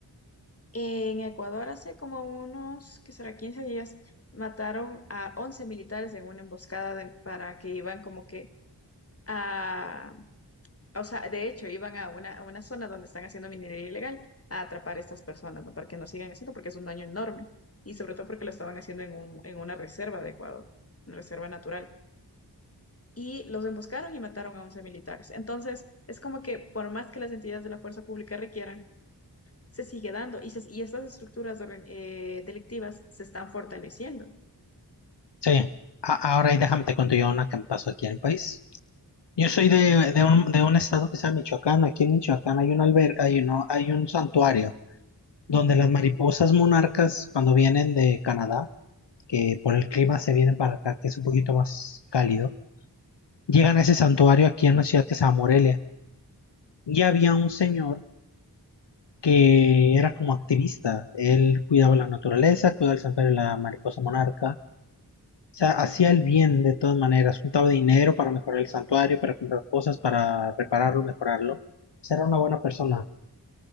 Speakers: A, on the left (about 35°); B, on the left (about 80°).
A: En Ecuador hace como unos, ¿qué será? quince días, mataron a 11 militares en una emboscada de- para que iban como que a o sea, de hecho, iban a una, a una zona donde están haciendo minería ilegal a atrapar a estas personas, ¿no? Para que no sigan haciendo, porque es un daño enorme. Y sobre todo porque lo estaban haciendo en un- en una reserva de Ecuador, una reserva natural. Y los emboscaron y mataron a 11 militares. Entonces, es como que por más que las entidades de la fuerza pública requieran, se sigue dando. Y, se- y estas estructuras de organ- eh, delictivas se están fortaleciendo.
B: sí. A- ahora y déjame te cuento yo una que me pasó aquí en el país. Yo soy de, de un, de un estado que se llama Michoacán. Aquí en Michoacán hay un alber, hay, uno, hay un santuario donde
A: Ujú,
B: las mariposas monarcas, cuando vienen de Canadá, que por el clima se vienen para acá, que es un poquito más cálido, llegan a ese santuario aquí en una ciudad que se llama Morelia. Y había un señor que era como activista. Él cuidaba la naturaleza, cuidaba el santuario de la mariposa monarca. O sea, hacía el bien de todas maneras. Juntaba dinero para mejorar el santuario, para comprar cosas, para repararlo, mejorarlo. O sea, era una buena persona.